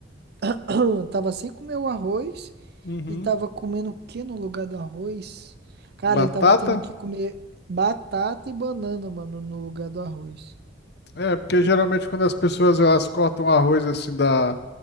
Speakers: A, on the right; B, on the left.
A: <clears throat> tava sem comer o arroz
B: Uhum.
A: e tava comendo o que no lugar do arroz? Cara,
B: Batata?
A: ele tava tendo que comer batata e banana, mano, no lugar do arroz.
B: É, porque geralmente quando as pessoas elas cortam arroz assim da,